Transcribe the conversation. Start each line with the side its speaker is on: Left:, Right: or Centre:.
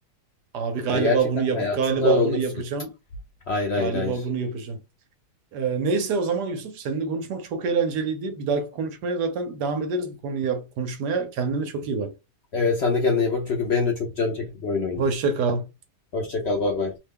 Right: abi galiba
Left: Ya gerçekten
Right: bunu yap
Left: hayatından
Right: galiba
Left: olursun.
Right: bunu yapacağım.
Left: Hayır hayır
Right: Galiba
Left: hayır.
Right: bunu yapacağım. Ee, neyse o zaman Yusuf seninle konuşmak çok eğlenceliydi. Bir dahaki konuşmaya zaten devam ederiz bu konuyu yap- konuşmaya. Kendine çok iyi bak.
Left: Evet sen de kendine iyi bak çünkü benim de çok canım çekti bu oyun oynayayım.
Right: Hoşça kal.
Left: Hoşça kal bay bay.